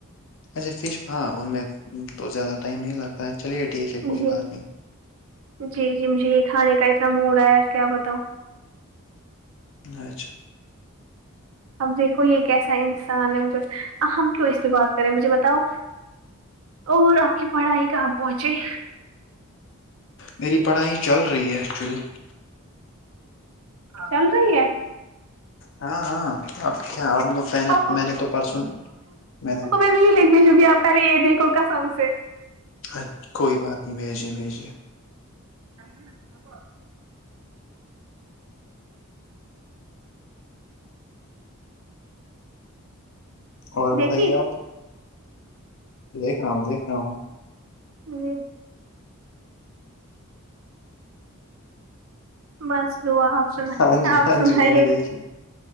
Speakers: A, on the left; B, on the right.
A: اچھا فش ہاں ان میں تو زیادہ ٹائم نہیں لگتا ہے چلیے ٹھیک ہے کوئی
B: جی
A: بات نہیں
B: جی جی مجھے یے کھانے کا اتنا موڈ آیا کیا بتاؤ
A: اچھا
B: اب دیکھو یے کیسا انسان ہے مجھے ہم کیوں اس سے بات کرے مجھے بتاؤ اور آپ کی پڑھائی کہاں پہنچی
A: میری پڑھائی چل رہی ہے ایکچولی
B: چل رہی ہے
A: ہاں ہاں اب کیا پے نے
B: آپ
A: میں نے تو پرسوں میں نے
B: نہیں لکھنے چونکہ پہلے یے دیکھو قسم سے
A: اچ کوئی بات نہیں بھیجیے بھیجیے
B: <inaudible>
A: اور
B: دیکھی
A: بتائیے آپ دیکھ رہا ہوں دیکھ رہا ہوں
B: آمم بس دعا آپ سنا
A: ہاں جی
B: آپ
A: ہاں
B: سنائیے
A: جی میں نے دیکھی